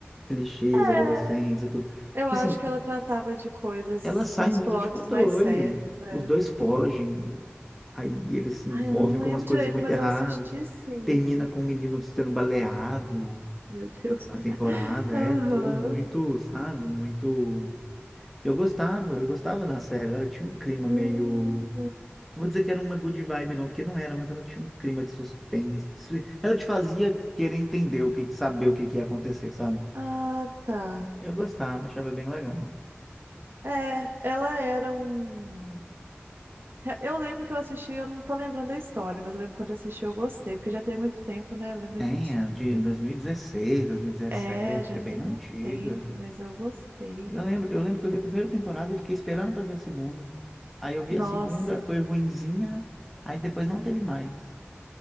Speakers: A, in the centre; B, on the right.
A: clichês,
B: é.
A: adolescentes e tudo. Tipo
B: Eu acho
A: assim,
B: que ela tratava de coisas,
A: ela sai
B: uns
A: muito
B: plots
A: de controle.
B: mais sérios. É.
A: Os dois fogem, aí eles se
B: Ai,
A: envolvem
B: eu não lembro
A: com umas coisas
B: direito,
A: muito
B: mas
A: erradas.
B: eu assisti sim.
A: Termina com o menino sendo baleado
B: Meu Deus.
A: a
B: <laughs>
A: temporada,
B: Aham.
A: é tudo muito, sabe? Muito. Eu gostava, eu gostava da série. Ela tinha um clima
B: Uhum.
A: meio não vou dizer que era uma good vibe, não, porque não era, mas ela tinha um clima de suspense. Ela te fazia querer entender o que, saber o que, que ia acontecer, sabe?
B: Ah, tá.
A: Eu gostava, achava bem legal.
B: É, ela era um. Eu lembro que eu assisti, eu não tô lembrando da história, mas eu lembro que quando eu assisti eu gostei, porque já tem muito tempo, né? Ela é mais
A: Tem,
B: antiga.
A: é de 2016, 2017,
B: É, já
A: é bem
B: tem
A: antiga.
B: um tempo, mas eu gostei.
A: Eu lembro, eu lembro que eu vi a primeira temporada e fiquei esperando pra ver a segunda. Aí eu vi
B: Nossa,
A: a segunda, foi ruinzinha, aí depois não teve mais.